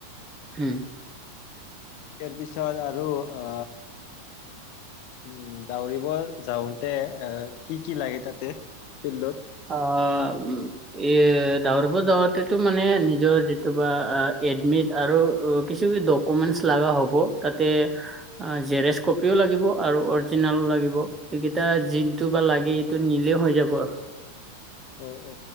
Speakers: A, on the right (about 15°); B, on the left (about 45°).
A: হো
B: ইয়াৰ পিছত আৰু অ উম দাউৰিব যাওঁতে এ কি কি লাগে তাতে ফিল্ডত
A: আ উ এ দাৱৰিব যাৱতেতো মানে নিজৰ যিটো বা এডমিট আৰু অ কিছু ডক ডকুমেণ্টচ লগা হ'ব তাতে জেৰেছ কপিও লাগিব আৰু অৰিজিনেলো লাগিব। এইকেইটা যিনটো বা লাগে এইটো নিলে হৈ যাব আৰু
B: অ অ